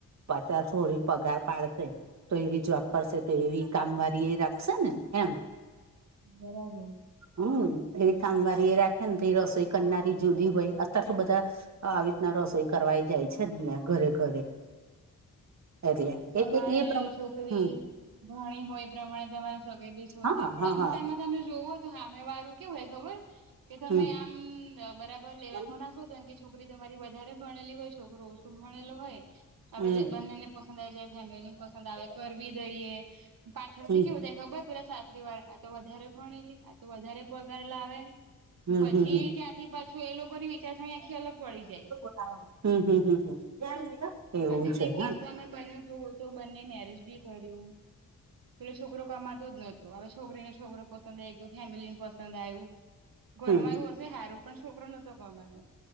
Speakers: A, on the right; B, on the right.
A: પચાસ હોરી પગાર પાડશે તો એવી જોબ કરશે તો એવી કામવારી એ રાખશે ને એમ
B: બરાબર
A: હમ એવી કામવારી એ રાખે ને તો રસોઈ કરનારી જુદી હોય અત્યારે તો બધા આવી રીતના રસોઈ કરવાઈ જાય છેને ઘરે ઘરે એટલે
B: પ્રમાણે
A: એ એ
B: છોકરી
A: હમ
B: ભણી હોય એ પ્રમાણે તમારે સગાઈ બી શોધવી
A: હા
B: પડે
A: હા
B: અમુક
A: હા
B: ટાઈમમાં તમે જોવો સામે વારું કેવું હોય ખબર કે તમે
A: હમ
B: આમ બરાબર લેવલમાં
A: હમ
B: ના શોધો તો છોકરી તમારી વધારે ભણેલી હોય છોકરો ઓછું ભણેલો હોય હવે
A: હમ
B: બંને ને પસંદ આવી જાય ફેમિલી ને પસંદ આવે કરવી દઈએ પાછળથી
A: હમ હમ
B: કેવું દે ખબર પેલા સાસરી વાર આ તો વધારે ભણેલી આ તો વધારે પગાર લાવે
A: હમ
B: પછી
A: હમ
B: ત્યાંથી પાછું એ લોકોની વિચારસરણી આખી અલગ પડી જાય
A: હા હમ હમ એવું
B: પછી
A: છે
B: તે કેસ
A: હા
B: તમે બન્યું જોું તો બંને મેરેજ બી કર્યું પેલો છોકરો કમાતો જ નતો હવે છોકરીને છોકરો પસંદ આઈ ગયો ફેમિલી ને પસંદ આવ્યું ઘરમા
A: હમ હમ
B: બધું સારું પણ છોકરો નતો ગમાતો